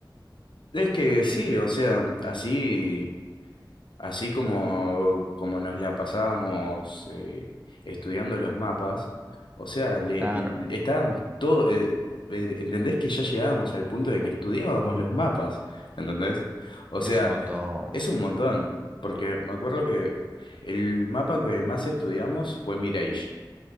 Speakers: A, on the left (about 70°); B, on the right (about 15°).
A: Es que sí, o sea, así. Así como, como nos la pasábamos eh, estudiando los mapas, o sea, le,
B: Claro,
A: le- estábamos todo, eh, eh, ¿entendés que ya llegábamos al punto de que estudiábamos los mapas? ¿Entendés? O sea,
B: es un montón.
A: es un montón, porque me acuerdo que el mapa que más estudiamos fue Mirage,